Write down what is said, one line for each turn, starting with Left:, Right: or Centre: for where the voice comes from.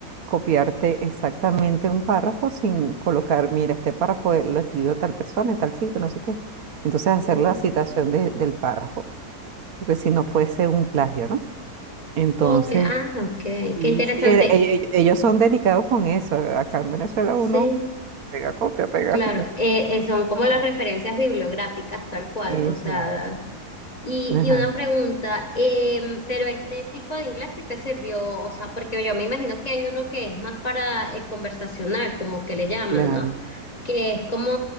Right: copiarte exactamente un párrafo sin colocar, mira, este párrafo lo escribió tal persona, en tal sitio, no sé qué. Entonces hacer
Left: Mm,
Right: la citación de- del párrafo porque si no fuese un plagio, ¿no? Entonces,
Left: ok, ah, ok,
Right: Sí,
Left: qué interesante.
Right: sí, era- e- e- ellos son delicados con eso. Acá en Venezuela uno
Left: Sí,
Right: pega copia, pega.
Left: claro, eh, eh, son como
Right: ajá.
Left: las referencias bibliográficas tal cual,
Right: Exacto.
Left: o sea... Y,
Right: Ajá,
Left: y una pregunta, em, pero este tipo de inglés sí te sirvió, o sea, porque yo me imagino que hay uno que es más para el conversacional, como que le llaman,
Right: claro.
Left: ¿no? Que es como,